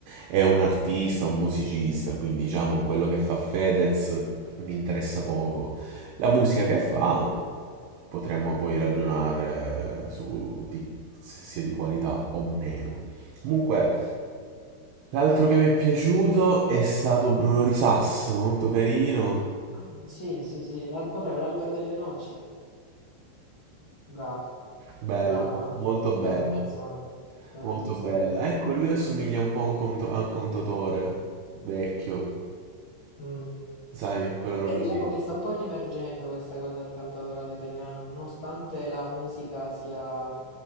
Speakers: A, on the right; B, on the left.
A: è un artista, un musicista, quindi diciamo quello che fa Fedez mi interessa poco. La musica che fa potremmo poi ragionare su di, se sia di qualità o meno. Comunque, l'altro che mi è piaciuto è stato Bruno Risas, molto carino,
B: Ah, sì, sì, sì. l'al- Cos'era? L'albero delle noci. Bravo,
A: bello,
B: bravo, eh.
A: molto
B: Bella
A: bello,
B: canzone, bella
A: molto
B: canzone.
A: bella. Ecco, lui assomiglia un po' a un, conto- a un contatore vecchio,
B: Mm.
A: sai, quella
B: Beh,
A: roba
B: diciamo
A: lì.
B: che sta un po' riemergendo questa cosa del cantautorato italiano, nonostante la musica sia,